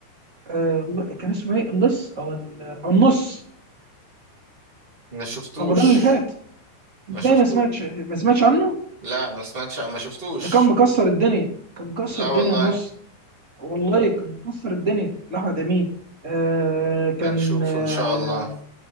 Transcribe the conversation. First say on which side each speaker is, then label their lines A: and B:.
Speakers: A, on the right; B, on the right.
A: آه ل- كان اسمه ايه اللص او ال- أو النص
B: ما شفتوش
A: رمضان اللي فات ازاي
B: ما شفتوش
A: ما سمعتش ما سمعتش عنه
B: لا ما سمعتش ما شفتوش
A: ده كان مكسر الدنيا كان مكسر
B: لا
A: الدنيا
B: والله
A: النص والله كان مكسر الدنيا لاحمد امين آه كان
B: هنشوف
A: آه
B: ان شاء الله